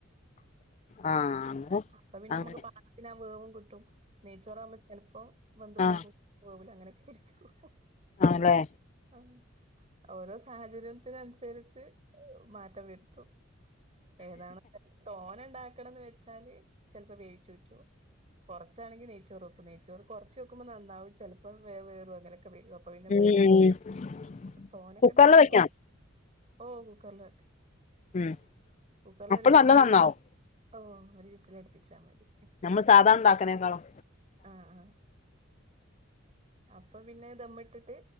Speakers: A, on the left; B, on the right.
A: ആഹ് അങ്ങനെ
B: അപ്പ പിന്നെ
A: അങ്ങനെ
B: മ്മക്ക് പാകത്തിനാ വേവും കിട്ടും നെയച്ചോറാവുമ്പോ ചെല്പ്പൊ വന്ത് പോകും
A: ആഹ്
B: പോവില്ല അങ്ങനെയൊക്കിരിക്കും
A: ആണല്ലേ
B: ഹം ഓരോ സാഹചര്യത്തിനനുസരിച്ച് ഏഹ് മാറ്റം വരുത്തും ഏതാണ് തോനണ്ടാക്കണത് വെച്ചാല് ചെലപ്പോ വേവിച്ചു ഊറ്റു കൊറച്ചാണങ്കിൽ നൈച്ചോറ് വെക്കും നൈച്ചോറ് കൊറച്ച് വെക്കുമ്പോ നന്നാവും ചെൽപ്പം വേവേറും അങ്ങനെക്കെ വരും അപ്പൊ പിന്നെ
A: ഉം
B: പേടി
A: ഉം
B: അപ്പൊ തോനൊക്കെ
A: കുക്കറില്
B: ഇണ്ടാക്കുമ്പോ
A: വെക്കണം
B: ഓ കുക്കർല് ക്
A: ഉം
B: കുക്കറിലൊരു
A: അപ്പ
B: വിസില്
A: നല്ല നന്നാവും
B: ഓഹ് ഒരു വിസലടുപ്പിച്ചാ മതി
A: മ്മാ സാധാ ഉണ്ടാക്കാനേക്കാളും
B: ആഹ് ആഹ് അപ്പൊ പിന്നെ ദമ്മിട്ടിട്ട്